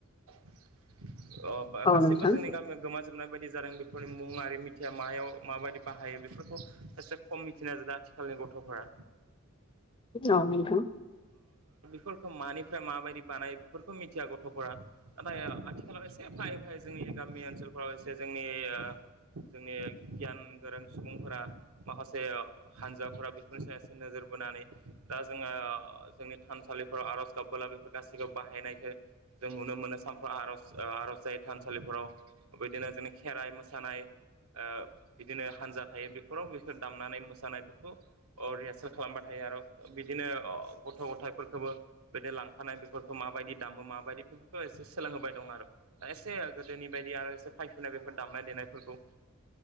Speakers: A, on the right (about 80°); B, on the left (about 25°).
A: अ
B: औ
A: गासैबो
B: नोंथां
A: जोंनि गामियाव गोम जोबनाय बायदि जादों बेफोरनि मुङि मिथिया मायाव माबायदि बाहायो बेफोरखौ एसे खम मिथिनाय जादों आथिखाल
B: औ नोंथां
A: <unintelligible> फोरखौ मानिफ्राय माबायदि बानाय बेफोरखौ मिथिया गथ'फोरा। नाथाय आथिखालाव एसे फायै फायै जोंनि गामि ओनसोलफोराव एसे जोंनि जोंनि गियान गोरों सुबुंफोरा माखासे हानजाफोरा बेफोरनि सायाव एसे नोजोर बोनानै दा जोङो जोंनि थानसालिफोराव आरज गाबबोला बेफोर गासैखौबो बाहायनायखौ जों नुनो मोनो। मोनो सानफ्र आरज आरज जायो थानसालिफोराव ओ बिदिनो जोंनि खेराइ मोसानाय ओ बिदिनो हानजा थायो बेफोराव बेखौ दामनानै मोसानाय बेफोरखौ रिहा खालामबा थायो आरो बिदिनो गथ' गथायफोर खौबो बिदि लांफानाय बेफोरखौ माबायदि दामो माबायदि एसे सोलोंहोबाय दं आरोा एसे गोदोनि बायदि आरो एसे फैफैनाय बेफोर दामनाय देनायफोरखौ <inaudible>